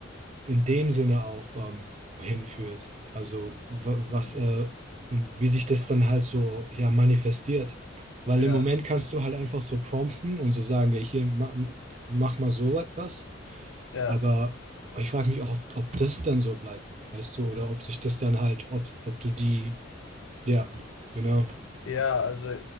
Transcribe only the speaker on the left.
hm,
ja,
ja,
ja, also